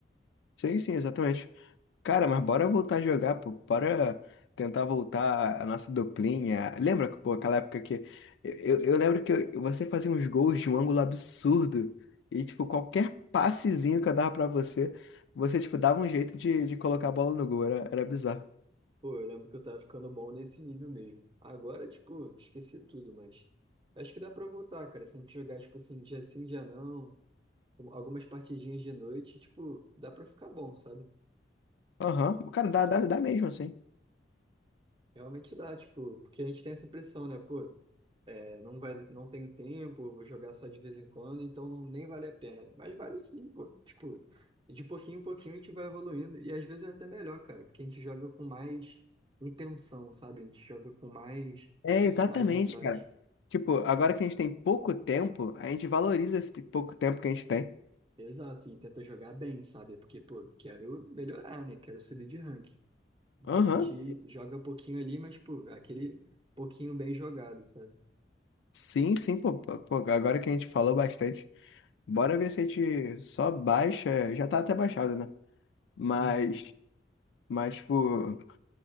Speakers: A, on the left; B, on the right.
A: Sim, sim, exatamente. Cara, mas bora voltar a jogar, pô. Bora tentar voltar a nossa duplinha. Lembra, pô, aquela época que. Eu, eu lembro que eu- você fazia uns gols de um ângulo absurdo. E, tipo, qualquer passezinho que eu dava pra você, você, tipo, dava um jeito de, de colocar a bola no gol. Era, era bizarro.
B: Pô, eu lembro que eu tava ficando bom nesse nível mesmo. Agora, tipo, esqueci tudo, mas acho que dá pra voltar, cara. Se a gente jogar, tipo assim, dia sim, dia não. um- algumas partidinhas de noite, tipo, dá pra ficar bom, sabe?
A: Aham. Cara, dá, dá, dá mesmo, assim.
B: Realmente dá, tipo, porque a gente tem essa impressão, né? Pô, é, não vai, não tenho tempo, vou jogar só de vez em quando, então não, nem vale a pena. Mas vale sim, pô. Tipo, de pouquinho em pouquinho a gente vai evoluindo. E às vezes é até melhor, cara, porque a gente joga com mais intenção, sabe? A gente joga com mais,
A: É, exatamente,
B: mais vontade.
A: cara. Tipo, agora que a gente tem pouco tempo, a gente valoriza esse pouco tempo que a gente tem.
B: Exato, e tenta jogar bem, sabe? Porque, pô, quero melhorar, né? Quero subir de rank. Então
A: Aham.
B: a gente joga um pouquinho ali, mas, pô, aquele pouquinho bem jogado, sabe?
A: Sim, sim, pô, pô, pô, agora que a gente falou bastante, bora ver se a gente só baixa, já tá até baixado, né? Mas,
B: Uhum.
A: mas, tipo,